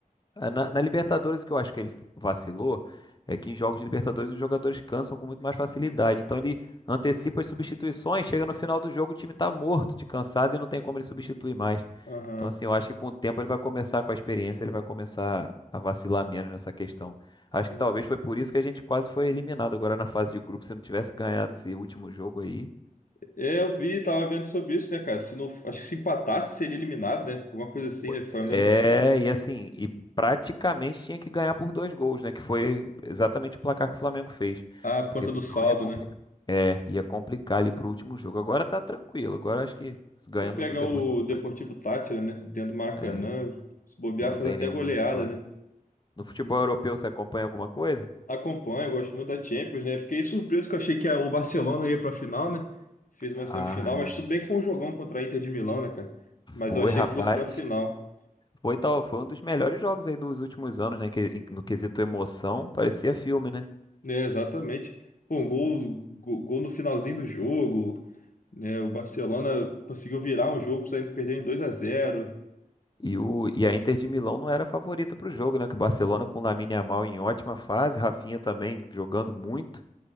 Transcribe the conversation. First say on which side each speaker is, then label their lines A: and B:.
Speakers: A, on the left (about 30°); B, on the left (about 65°).
A: Ah, Na, na Libertadores, o que eu acho que ele vacilou é que em jogos de Libertadores os jogadores cansam com muito mais facilidade. Então ele antecipa as substituições, chega no final do jogo, o time tá morto de cansado e não tem como ele substituir mais.
B: Aham.
A: Então, assim, eu acho que com o tempo ele vai começar, com a experiência, ele vai começar a vacilar menos nessa questão. Acho
B: É,
A: que talvez foi por isso que a gente quase foi eliminado agora na fase de grupo. Se não tivesse ganhado esse último jogo aí,
B: é, eu vi, tava vendo sobre isso, né, cara? Se não, acho que se empatasse, seria eliminado, né? Alguma coisa assim, né? Flamengo.
A: É, e assim, e praticamente tinha que ganhar por dois gols, né? Que foi exatamente o placar que o Flamengo fez.
B: Ah, por
A: Porque
B: conta
A: senão
B: do saldo,
A: ia complicar.
B: né?
A: É, ia complicar ali pro último jogo. Agora tá tranquilo. Agora acho que ganhando
B: É pegar
A: do Deportivo
B: o Deportivo
A: Tátira.
B: Táchira, né? Dentro do Maracanã.
A: É,
B: Se bobear,
A: que não
B: faz
A: tem
B: até
A: nenhuma
B: goleada,
A: vitória.
B: né?
A: No futebol europeu você acompanha alguma coisa?
B: Acompanho, gosto muito da Champions, né? Fiquei surpreso que eu achei que a- o Barcelona ia pra final, né? Fez uma
A: Ah,
B: semifinal,
A: é.
B: mas tudo bem que foi um jogão contra a Inter de Milão, né, cara? Mas
A: foi,
B: eu achei
A: rapaz.
B: que fosse pra final.
A: Foi tal, foi um dos melhores jogos aí dos últimos anos, né? Que, em- no quesito emoção, parecia filme, né?
B: Né, exatamente. Pô, um gol, gol, gol no finalzinho do jogo, né? O Barcelona conseguiu virar um jogo, saindo perdendo 2 a 0.
A: E, o, e a Inter de Milão não era a favorita para o jogo, né? Que o Barcelona com o Lamine Yamal em ótima fase, Rafinha também jogando muito.